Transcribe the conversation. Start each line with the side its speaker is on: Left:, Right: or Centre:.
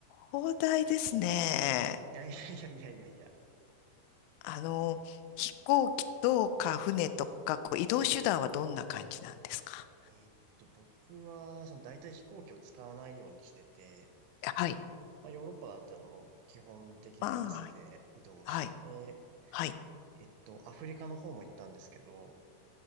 Left: 壮大ですね。
Right: いやいやいやいやいやいや。
Left: あの、飛行機とか船とか、こう移動手段はどんな感じなんですか
Right: えっと、僕は、その、大体飛行機を使わないようにしてて、
Left: はい。
Right: まあ、ヨーロッパだったらもう基本的にバスで移動して、
Left: まあ、はい。はい。はい。
Right: えっと、アフリカの方も行ったんですけど、